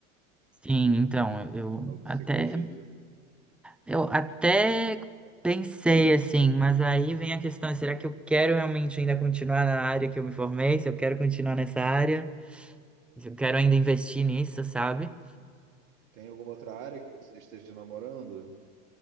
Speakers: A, in the centre; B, on the right.
A: Sim, então, eu
B: Algo
A: até
B: que você cogita?
A: eu até pensei assim, mas aí vem a questão, será que eu quero realmente ainda continuar na área que eu me formei? Se eu quero continuar nessa área, se eu quero ainda investir nisso, sabe?
B: Tem alguma outra área que você esteja namorando?